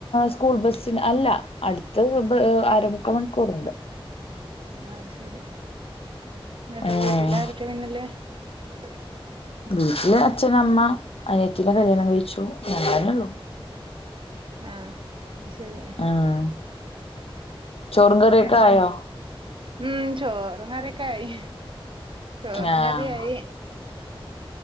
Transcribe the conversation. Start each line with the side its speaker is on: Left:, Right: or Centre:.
Left: സ്കൂൾ ബസിന് അല്ല അടുത്ത് അരമുക്ക മണിക്കൂറണ്ട്.
Right: ആ ശരി എന്നിട്ട്
Left: ഉം
Right: വീട്ടില് ആരൊക്കെ പിന്നല്ലേ ഉം
Left: വീട്ടില് അച്ഛൻ അമ്മ അനിയത്തി ടെ കല്യാണം കഴിച്ചു ഞങ്ങളെ ഉള്ളു
Right: ആ, അത് ശരി
Left: ഉം ചോറും കറിയൊക്കെ
Right: അവിടെ
Left: ആയോ
Right: ഉം ചോറും കറിക്കെ ആയി ചോറും
Left: ആഹ്
Right: കറിയയി